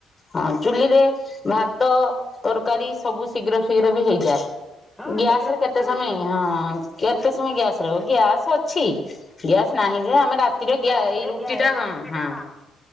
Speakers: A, on the left; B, in the centre.
A: ହଁ ଚୁଲିରେ ଭାତ ତରକାରୀ ସବୁ ଶୀଘ୍ର ଶୀଘ୍ର ବି ହେଇଯାଏ।
B: ହଁ
A: ଗ୍ୟାସରେ
B: ଶୀଘ୍ର ହୁଏ
A: କେତେ
B: ତ।
A: ସମେଇ ହଁ କେତେ ସମୟ ଗ୍ୟାସ ରହିବ ଗ୍ୟାସ୍ ଅଛି ଗ୍ୟାସ୍ ନାହିଁ ଯେ ଆମେ ରାତ୍ କିରେ ଗ୍ୟା
B: ରାତିରେ
A: ଏଇ ରୁଟି ଟା ହଁ
B: ରୁଟି
A: ହଁ
B: ଟା